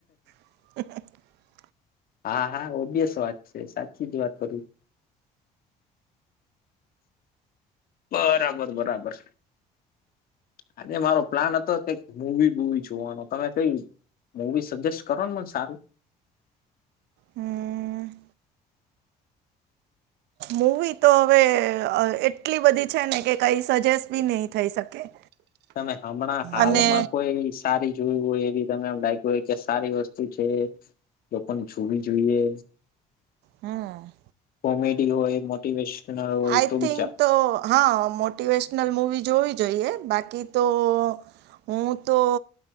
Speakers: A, on the right; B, on the left.
A: <inaudible>
B: હા હા ઓબિયસ વાત છે સાચી જ વાત કરું બરાબર બરાબર આજે મારો પ્લાન હતો કે મુ વી બૂવી જોવાનો તમે કઈ મુવી સજેસ કરોન મન સારું
A: હ મુવી તો હવે એટલી બધી છે ને કે કઈ સજેસ બી નહી થઈ શકે
B: તમે હમણાં હાલમાં
A: અને
B: કોઈ સારી જોવી હોય એવી તમે એમ લાય ગી હોય કે સારી વસ્તુ છે લોકોને જોવી જોઈએ
A: હમ
B: કોમેડી હોય મોટિવેશનલ હોય
A: આઈ
B: ત બચા
A: થિંક તો હા મોટિવેશનલ મૂવી જોવી જોઈએ બાકી
B: <inaudible>
A: તો હું તો